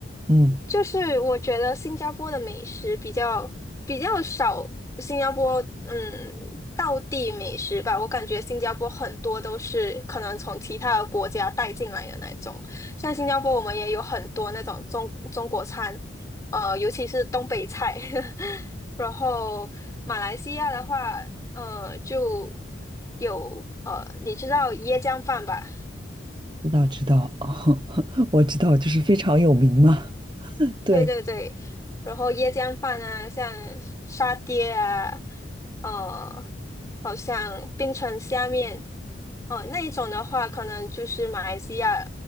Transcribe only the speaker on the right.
嗯，
知道知道，<laughs> 哦，我知道，就是非常有名嘛。<laughs> 对。